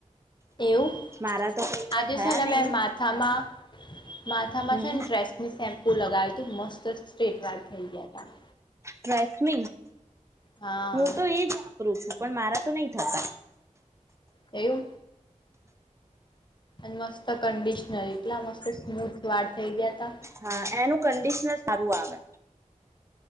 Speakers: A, on the left; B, on the right.
A: એવું
B: મારા તો કઈ એવા
A: આજે
B: થયા
A: છે ને
B: નહી
A: મેં માથામાં માથામાં
B: હમ
A: છે ને ડ્રેસની શેમ્પુ લગાવો હતું મસ્ત સ્ટ્રેટ વાર થઈ ગયા હ
B: ટસમી
A: હા
B: હું તો એજ વાપરું છું પણ મારા તો નહી થતા
A: એવું અનેમાસ્ મ કન્ડિશનર એટલા મસ્ત સ્મૂથ વાર થઇ ગયા તા
B: હા એનું કંડિશનર સારું આવે